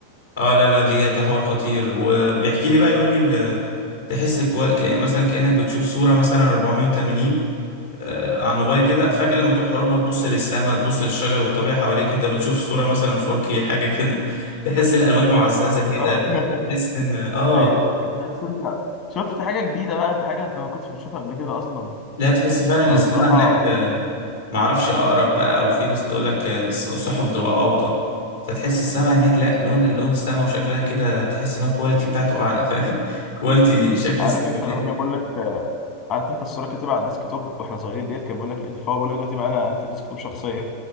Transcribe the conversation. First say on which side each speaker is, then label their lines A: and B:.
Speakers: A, on the left (about 60°); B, on the left (about 35°).
A: اه لا لا دي ده حوار خطير وبيحكي لي بقى يقول لي ال- تحس كو... كأن مثلا كأنك بتشوف صورة مثلا 480 آه على الموبايل كده فجأة لما تروح أوروبا تبص للسماء تبص للشجر والطبيعة حواليك أنت بتشوف صورة مثلا 4K حاجة كده تحس الألوان معززة
B: <laughs>
A: كده تحس إن آه
B: ايوه تحس انت شفت حاجه جديده بقى انت حاجه انت ما كنتش بتشوفها قبل كده اصلا
A: لا تحس فعلا
B: فبصراحه
A: السماء هناك
B: آه،
A: آه، معرفش اقرب بقى او في ناس تقول لك السحب بتبقى اوطى فتحس السماء هناك لا لون لون السماء وشكلها كده تحس ان هو الكواليتي بتاعته اعلى فاهم <laughs> كواليتي شكل
B: عارف
A: السماء
B: انت لما
A: كده
B: كان بيقول لك آه، عارف انت الصوره كانت تبقى على الديسك توب واحنا صغيرين ديت كان بيقول لك ايه ده؟ فهو بيقول لك دلوقتي بقى انا انا في الديسك توب شخصيا